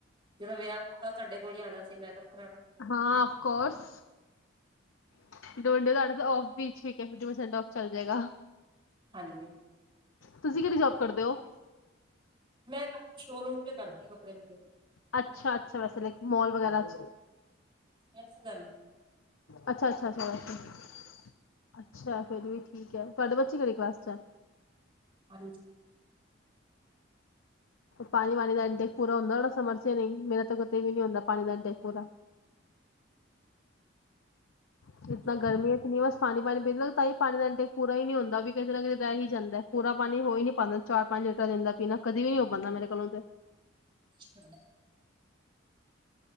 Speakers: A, on the right (about 25°); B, on the left (about 85°).
A: ਜਦੋਂ ਵਿਆਹ ਹੋਗਾ ਸਾਡੇ ਕੋਲ ਆਣਾ ਸੀ ਮੈਂ ਕਿਹਾ।
B: ਹਾਂ ਅਫ ਕੋਰਸ। <unintelligible> ਆਫ ਵੀ ਠੀਕ ਫਿਫਟੀ ਪਰਸੈਂਟਫ ਚੱਲ ਜਾਏਗਾ।
A: ਹਾਂਜੀ
B: ਤੁਸੀਂ ਕਿਹੜੀ ਜੋਬ ਕਰਦੇ ਹੋ।
A: ਮੈਂ ਸ਼ੋਰੂਮ ਚ' ਕਰਦੀ <unintelligible>
B: ਅੱਛਾ ਅੱਛਾ ਵੈਸੇ ਲਾਈਕ ਮੋਲ ਵਗੈਰਾ ਅੱਛਾ-
A: ਯੈਸ ਗੱਲ
B: ਅੱਛਾ ਅੱਛਾ ਵੈਸੇ ਅੱਛਾ ਫੇਿਰ ਵੀ ਠੀਕ ਹੈ। ਤੁਹਾਡੇ ਬੱਚੇ ਕਿੜੀ ਕਲਾਸ ਚ' ਆ
A: ਹ <unintelligible>
B: ਪਾਣੀ -ਪਾਣੀ ਦਾ ਇੰਟੈਕ ਪੂਰਾ ਹੁੰਦਾ ਸਮਰ ਸੀਵਰ ਦਾ ਪਾਣੀ ਨਹੀਂ ਮੇਰਾ ਤਾਂ ਕਤੇ ਵੀ ਨੀ ਹੁੰਦਾ ਪਾਣੀ ਦਾ ਇੰਟੈਕ ਪੂਰਾ। ਜਤਨਾ ਗਰਮੀ ਹੈ। ਇਤਨੀ ਬਸ ਪਾਣੀ ਪਾਣੀ ਪੀ ਲਾਤਾਂ ਹੀ ਪਾਣੀ ਦੇਣ ਟੈਕ ਪੂਰਾ ਹੀ ਨਹੀ ਹੁੰਦਾ ਵੀ ਕਿਤੇ ਨਾ ਕਿਤੇ ਰਹਿ ਹੀ ਜਾਂਦਾ ਪੂਰਾ ਪਾਣੀ ਹੋ ਹੀ ਨੀ ਪਾਉਂਦਾ ਚਾਰ ਪੰਜ ਲੀਟ ਦਿੰਦਾ ਪੀਣਾ ਕਦੇ ਵੀ ਨੀ ਹੋ ਪਾਉਦਾ ਮੇਰੇ ਕੋਲੋਂ ਤੇ
A: ਅੱਛ <unintelligible>